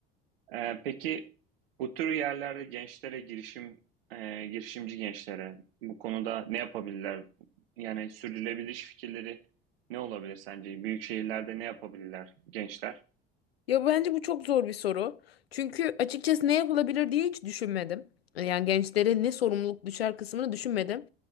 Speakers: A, on the right (about 70°); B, on the left (about 80°).
A: Ee, peki bu tür yerlerde gençlere girişim, e, girişimci gençlere bu konuda ne yapabilirler? Yani sürdürülebilir iş fikirleri ne olabilir sence? Büyük şehirlerde ne yapabilirler gençler?
B: Ya bence bu çok zor bir soru. Çünkü açıkçası ne yapılabilir diye hiç düşünmedim. Yani gençlere ne sorumluluk düşer kısmını düşünmedim.